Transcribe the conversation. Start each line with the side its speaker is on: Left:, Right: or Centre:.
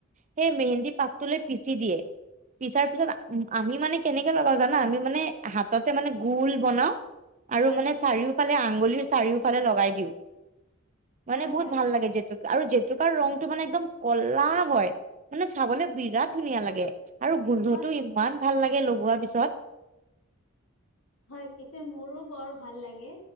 Right: সেই মেহেন্দী পাতটো লৈ পিচি দিয়ে। পিছাৰ পিছত আমি মানে কেনেকে লগাও জানা আমি মানে হাততে মানে গোল বনাও আৰু
Left: হয়
Right: মানে
Left: হয়
Right: চাৰিওফালে আঙুলিৰ চাৰিওফালে লগাই দিও, মানে
Left: হয়
Right: বহুত
Left: হয়
Right: ভাল লাগে জেতু আৰু জেতুকাৰ ৰংটো মানে একদম কলা হয়। মানে চাবলে বিৰাট ধুনীয়া লাগে। আৰু গোন্ধটো
Left: হয়
Right: ইমান ভাল লাগে লগোৱাৰ পিছত।
Left: হয় পিছে মোৰো বৰ ভাল লাগে।